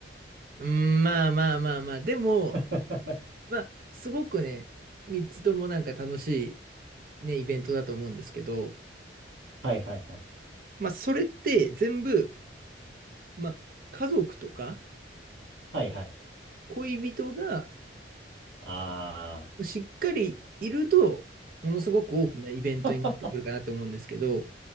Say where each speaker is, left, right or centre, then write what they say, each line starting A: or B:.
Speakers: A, on the right (about 50°); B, on the right (about 85°).
A: うん、まあまあまあまあ。でも、
B: <laughs>
A: まあ、すごくね、3つともなんか楽しいね、イベントだと思うんですけど、
B: はいはいはい。
A: まあ、それって全部、まあ、家族とか
B: はいはい。
A: 恋人が
B: あ
A: しっかりいると、ものすごく大きなイベントになってくるかなって思うんですけど、
B: あ。<laughs>